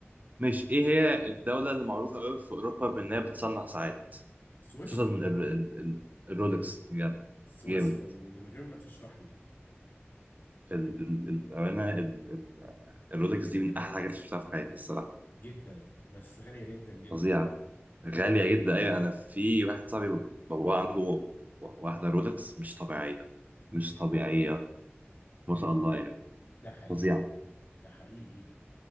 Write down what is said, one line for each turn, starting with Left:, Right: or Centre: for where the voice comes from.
Right: مش ايه هي الدوله اللي معروفه قوي في اوروبا بانها بتصنع ساعات
Left: سويسرا
Right: خصوصا ال- ال- ال- الرولكس يعني
Left: سويسرا
Right: جامد
Left: من غير ما تشرح لي
Right: ال- ال- الأمانة ال- ال- الرولكس دي من أحلى الحاجات اللي شفتها في حياتي الصراحة
Left: جدا بس غالية جدا جدا
Right: فظيعة غالية جدا أيوة أنا في واحد صاحبي بابا عنده و- واحدة رولكس مش طبيعية مش طبيعية ما شاء الله يعني
Left: ده حقيقي
Right: فظيعة
Left: ده حقيقي